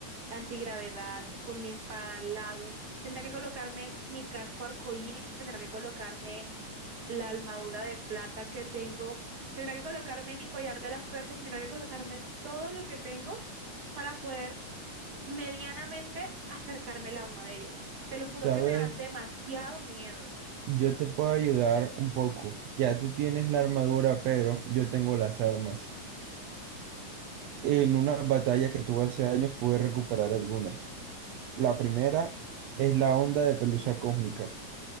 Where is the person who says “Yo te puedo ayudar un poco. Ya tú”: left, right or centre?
Right